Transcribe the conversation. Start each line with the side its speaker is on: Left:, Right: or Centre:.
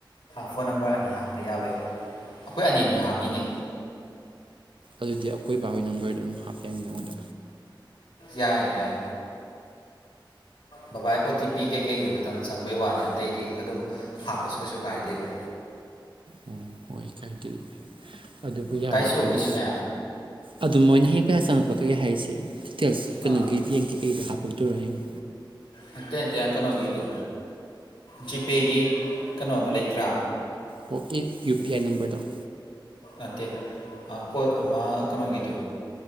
Left: ꯐꯣꯟ ꯅꯝꯕꯔ ꯑꯅꯤ ꯍꯥꯞꯄ ꯌꯥꯕ꯭ꯔ ꯑꯩꯈꯣꯏ ꯑ ꯍꯥꯞꯄꯤꯅꯦ
Right: ꯑꯗꯨꯗꯤ ꯑꯀꯣꯏ ꯕꯥꯕꯒꯤ ꯅꯝꯕꯔꯗ ꯑꯗꯨꯝ ꯍꯥꯞꯄ ꯌꯥꯅꯤ ꯅꯉꯣꯟꯗ
Left: ꯌꯥꯏ ꯌꯥꯏ ꯕꯕꯥꯏ ꯑꯣ ꯇꯤ ꯄꯤ ꯀꯩꯀꯩꯗꯨ ꯈꯇꯪ ꯆꯪꯕꯩ ꯋꯥꯅꯤ ꯑꯇꯩꯗꯤ ꯑꯗꯨꯝ ꯍꯥꯞꯄꯁꯨ ꯀꯩꯁꯨ ꯀꯥꯏꯗꯦꯕ
Right: ꯎꯝ ꯍꯣꯏ ꯀꯥꯏꯗꯦ ꯑꯗꯨꯕꯨ ꯌꯥꯔꯗꯤ
Left: ꯗꯥꯏꯁꯣꯒꯤꯁꯨꯅꯦ
Right: ꯐꯩꯅꯤ ꯑꯗꯨ ꯃꯣꯏꯅ ꯍꯌꯦꯡ ꯄꯌꯥ ꯆꯪꯉꯛꯄ ꯋꯥꯈꯩ ꯍꯥꯏꯁꯦ ꯀꯩꯅꯣꯒꯦꯕꯤꯡ
Left: ꯑꯥ
Right: ꯀꯩꯗ ꯍꯥꯞ ꯊꯣꯛꯇꯣꯔꯍꯌꯤꯡ
Left: ꯅꯇꯦ ꯅꯛꯇꯦ ꯀꯩꯅꯣꯒꯤꯗꯣ ꯖꯤꯄꯦꯒꯤ ꯀꯩꯅꯣꯃ ꯂꯩꯇ꯭ꯔꯥ
Right: ꯑꯣ ꯌꯨ ꯄꯤ ꯑꯥꯏ ꯅꯝꯕꯔ ꯠꯇ
Left: ꯅꯠꯇꯦ ꯀꯣꯠ ꯑꯃ ꯀꯩꯅꯣꯒꯤꯗꯣ